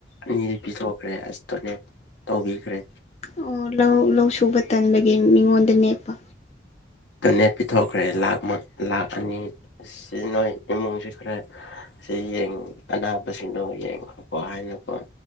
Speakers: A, on the left (about 80°); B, on the left (about 35°).
A: ꯑꯅꯤꯗꯤ ꯄꯤꯊꯣꯛꯈ꯭ꯔꯦ ꯑꯁ ꯗꯣꯅꯦ ꯇꯧꯕꯤꯈ꯭ꯔꯦ
B: ꯑꯣ ꯂꯧ ꯂꯧ ꯁꯨꯕ ꯇꯟꯕꯒꯤ ꯃꯤꯉꯣꯟꯗ ꯅꯦꯛꯄ
A: ꯗꯣꯅꯦꯠ ꯄꯤꯊꯣꯛꯈ꯭ꯔꯦ ꯂꯥꯛ ꯂꯥꯛ ꯑꯅꯤ ꯁꯤ ꯅꯣꯏ ꯏꯃꯨꯡꯁꯤ ꯈꯔ ꯁꯤ ꯌꯦꯡ ꯑꯅꯥꯕꯁꯤꯡꯗꯣ ꯌꯦꯡꯉꯣꯀꯣ ꯍꯥꯏꯅꯀꯣ